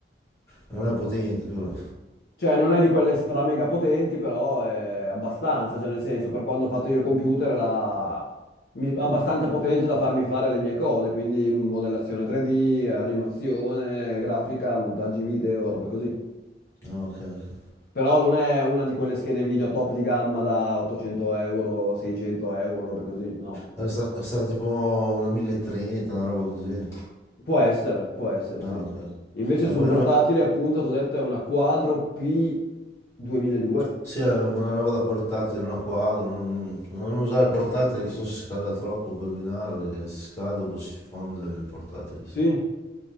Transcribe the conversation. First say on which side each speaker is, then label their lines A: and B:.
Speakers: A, on the left; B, on the left.
A: non è potente però.
B: Cioè, non è di quelle stra mega potenti, però è abbastanza, cioè nel senso, per quando ho fatto io il computer era mi- abbastanza potente da farmi fare le mie cose, quindi modellazione 3D, animazione, grafica, montaggi video, robe così.
A: Ah, ok, ok.
B: Però non è una di quelle schede video top di gamma da 800 euro, 600 euro, robe così, no.
A: Era sta, sta tipo una 1030, una roba così.
B: Può essere, può essere,
A: Ah,
B: sì.
A: ok. ok.
B: Invece
A: Ma
B: sul
A: ah, quello
B: portatile,
A: non-
B: appunto, ti ho detto è una Quadro P 2002.
A: sì, è una roba da portatile, una quadro. Non, non- non usare il portatile che sennò si scalda troppo per minare perché si scalda dopo si fonde il portatile.
B: Sì,